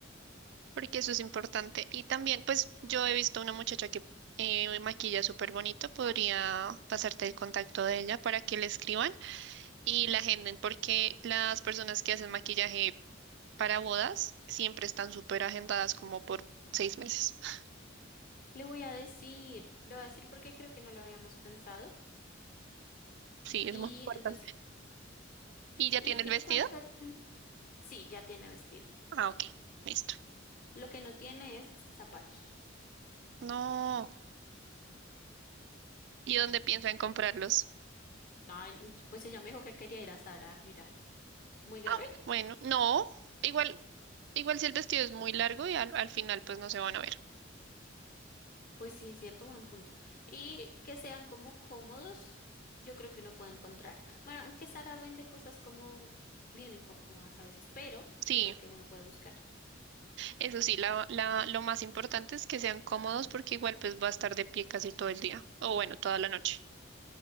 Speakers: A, on the right; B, on the left.
A: porque eso es importante. Y también, pues yo he visto una muchacha que eh, maquilla súper bonito, podría pasarte el contacto de ella para que le escriban y la agenden porque las personas que hacen maquillaje para bodas siempre están súper agendadas como por seis meses. <laughs>
B: Le voy a decir, le voy a decir porque creo que no lo habíamos pensado.
A: Sí, es
B: Y
A: muy importante.
B: entonces, sí.
A: ¿Y ya
B: y
A: tiene el
B: en
A: vestido?
B: cuanto al, sí, ya tiene vestido.
A: Ah, ok, listo.
B: Lo que no tiene es zapatos.
A: No. ¿Y dónde piensan comprarlos?
B: Ay, pues ella me dijo que quería ir a Sara a mirar. Muy grave.
A: Ah, bueno, no. Igual, igual si el vestido es muy largo y al, al final pues no se van a ver.
B: Pues sí, cierto, buen punto. Y que sean como cómodos, yo creo que uno puede encontrar. Bueno, aunque Sara vende cosas como bien incómodas a veces, pero
A: Sí,
B: yo creo que uno puede buscar.
A: eso sí, la, la, lo más importante es que sean cómodos porque igual pues va a estar de pie casi todo el día o bueno, toda la noche.